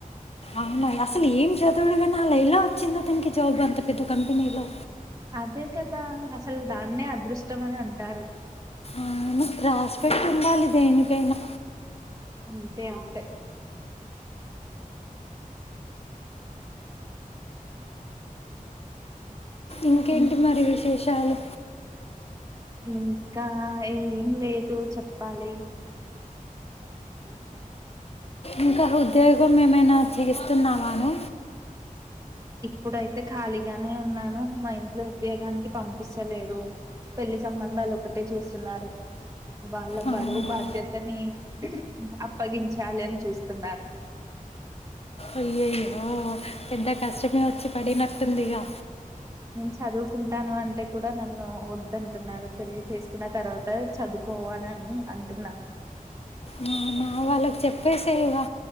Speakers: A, on the left; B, on the right.
A: అవునా అసలు ఏం చదువుడు గానీ అల ఎలా వచ్చిందోతననికి జాబ్ అంత పెద్ద కంపెనీలో
B: అదే కదా అసలు దాన్నే అదృష్టం అని అంటారు
A: అవును రాస్పెట్టి ఉండాలి దేనికైనా
B: అంతే ఉంటాయి
A: ఇంకేంటి
B: ఇం
A: మరి విశేషాలు
B: ఇంకా ఏం లేదు చెప్పాలి అ మ
A: ఇంకా ఉద్యోగం ఏమైనా చేస్తున్నావాను
B: ఇప్పుడైతే ఖాళీగానే ఉన్నాను మా ఇంట్లో ఉద్యోగానికి పంపిస్తలేడు పెళ్లి సంబంధాలు ఒకటే చూస్తున్నారు వాళ్ళ
A: అవునా
B: బరువు బాధ్యతని అప్పగించాలి అని చూస్తున్నారు
A: అయ్యయ్యో పెద్ద కష్టమే వచ్చి పడినట్టుందిగా
B: నేను చదువుకుంటాను అంటే కూడా నన్ను వద్దు అంటున్నారు పెళ్లి చేసుకున్న తర్వాత చదువుకో అని అంటున్నారు
A: మా మా వాళ్ళకి చెప్పేసేగా